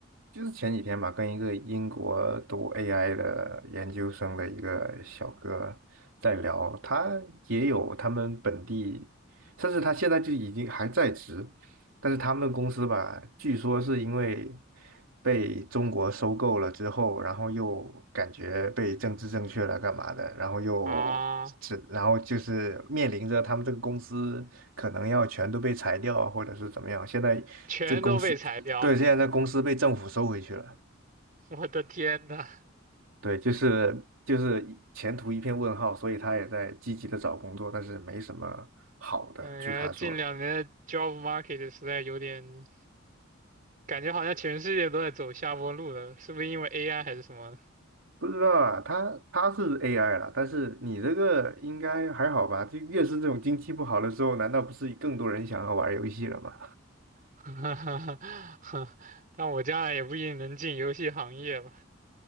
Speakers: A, on the right (about 75°); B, on the right (about 45°).
A: 就是前几天吧，跟一个英国读 AI 的研究生的一个小哥在聊，他也有他们本地，甚至他现在就已经还在职，但是他们的公司吧，据说是因为被中国收购了之后，然后又感觉被政治正确了干嘛的，然后又只，
B: 啊，
A: 然后就是面临着他们这个公司。可能要全都被裁掉啊，或者是怎么样。现在这个公司，
B: 全都被裁掉，
A: 对，现在这公司被政府收回去了，
B: 我的天呐，
A: 对，就是就是前途一片问号，所以他也在积极的找工作，但是没什么好的，
B: 嗯，
A: 据他说。
B: 感觉近两年的 job market 实在有点，感觉好像全世界都在走下坡路了，是不是因为 AI 还是什么
A: 不知道啊，他他是 AI 了，但是你这个应该还好吧？就越是这种经济不好的时候，难道不是更多人想要玩游戏了吗？
B: <laughs> 哈哈哈，<laughs> 但我将来也不一定能进游戏行业吧。